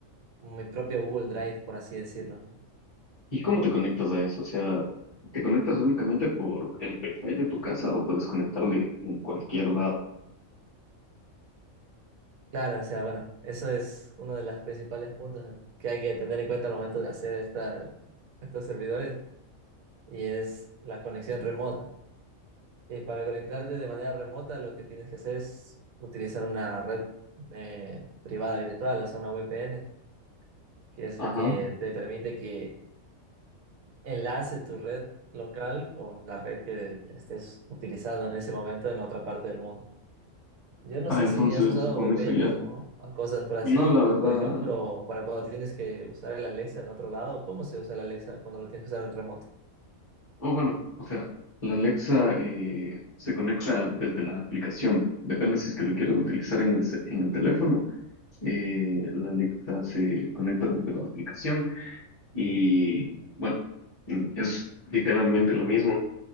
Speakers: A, on the right; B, on the left.
A: mi propio Google Drive, por así decirlo. ¿no?
B: ¿Y cómo te conectas a eso? O sea, ¿te conectas únicamente por el Wi-Fi de tu casa o puedes conectarle en cualquier lado?
A: Claro, o sea, bueno, eso es uno de los principales puntos ¿no? que hay que tener en cuenta al momento de hacer esta, estos servidores y es la conexión remota. Y para conectarte de manera remota, lo que tienes que hacer es utilizar una red eh, privada virtual, o sea, una VPN, que es
B: Ajá.
A: lo que te permite que enlace tu red local con la red que estés utilizando en ese momento en otra parte del mundo. Yo no
B: Ah,
A: sé
B: entonces
A: si has usado
B: con
A: VPNs,
B: eso ya.
A: ¿no? O cosas por así.
B: No, la verdad.
A: Por ejemplo, para cuando tienes que usar el Alexa en otro lado, ¿cómo se usa el Alexa cuando lo tienes que usar en remoto?
B: O bueno, o sea, la Alexa eh, se conecta desde la aplicación. Depende si es que lo quieres utilizar en el, ce- en el teléfono. eh, la Alexa se conecta desde la aplicación y bueno, mm, es literalmente lo mismo.